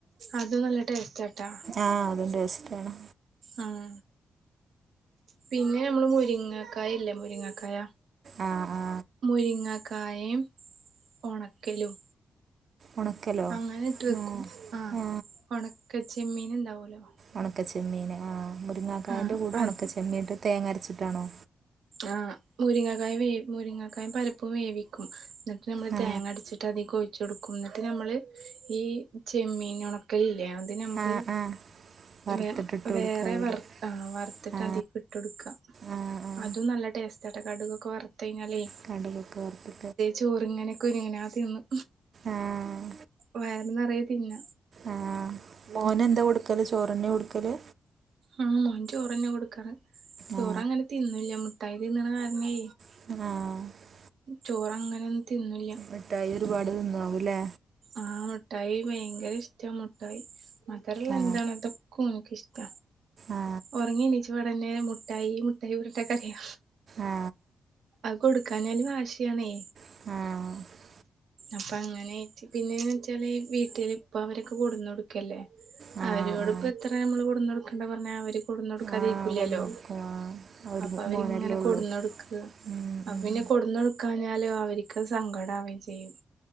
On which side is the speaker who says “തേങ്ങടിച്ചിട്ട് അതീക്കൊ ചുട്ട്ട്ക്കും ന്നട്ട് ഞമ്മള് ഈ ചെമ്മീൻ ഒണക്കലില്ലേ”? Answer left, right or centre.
Right